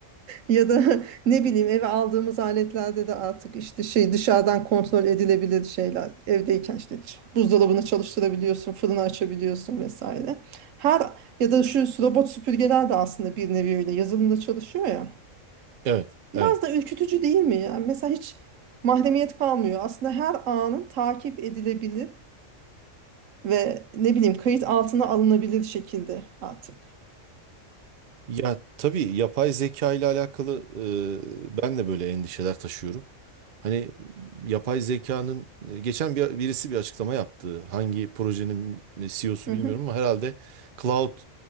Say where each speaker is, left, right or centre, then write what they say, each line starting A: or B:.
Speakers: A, on the right; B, on the right.
A: Ya da <laughs> ne bileyim eve aldığımız aletlerde de artık işte şey dışarıdan kontrol edilebilir şeyler. Evdeyken işte ç- buzdolabını çalıştırabiliyorsun, fırını açabiliyorsun vesaire. Her ya da şu robot süpürgeler de aslında bir nevi öyle yazılımda çalışıyor ya.
B: evet,
A: Biraz
B: evet.
A: da ürkütücü değil mi ya? Mesela hiç mahremiyet kalmıyor. Aslında her anın takip edilebilir ve ne bileyim kayıt altına alınabilir şekilde artık.
B: Ya tabii yapay zeka ile alakalı e, ben de böyle endişeler taşıyorum. Hani yapay zekanın e, geçen bir, birisi bir açıklama yaptı. Hangi projenin CEO'su
A: Hı hı,
B: bilmiyorum ama herhalde Cloud